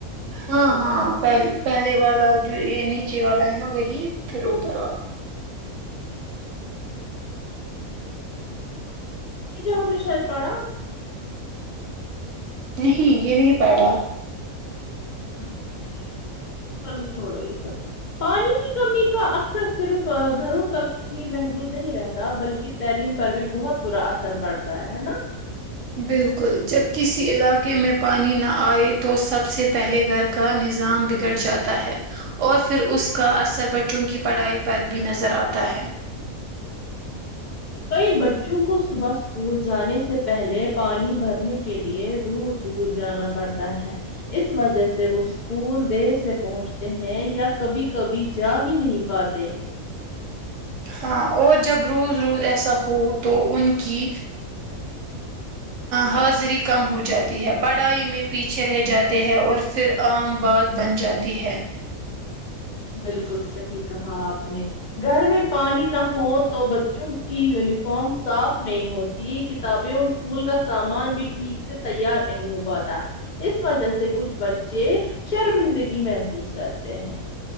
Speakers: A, on the right; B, on the left.
A: ہاں
B: اوپن
A: ہاں پل پہلے والا جو یہ نیچے والا ہے نا وہی پھر اوپر والا
B: یہ جو ہم نے شاید پڑھا
A: نہیں یہ نہیں پڑھا
B: اچھا ٹھیک چلو چھوڑو یہ سب پانی کی کمی کا اکثر صرف گھروں تک ہی محدود نہیں رہتا بلکہ تعلیم پر بھی بہت برا اثر پڑتا ہے نا
A: بالکل جب کسی علاقے میں پانی نہ آئے تو سب سے پہلے گھر کا نظام بگڑ جاتا ہے اور پھر اس کا اثر بچوں کی پڑھائی پر بھی نظر آتا ہے
B: کئی بچوں کو صبح اسکول جانے سے پہلے پانی بھرنے کے لیے دور دور جانا پڑتا ہے اس وجہ سے وہ اسکول دیر سے پہنچتے ہیں یا کبھی کبھی جا ہی نہیں پاتے
A: ہاں اور جب روز روز ایسا ہو تو ان کی حاضری کم ہو جاتی ہے پڑھائی میں پیچھے رہ جاتے ہے اور پھر عام بات بن جاتی ہے
B: بالکل صحیح کہا آپ نے گھر میں پانی نہ ہو تو بچوں کی یونیفارم صاف نہیں ہوتی کتابیں اور اسکول کا سامان بھی ٹھیک سے تیار نہیں ہو پاتا اس وجہ سے کچھ بچے شرمندگی محسوس کرتے ہیں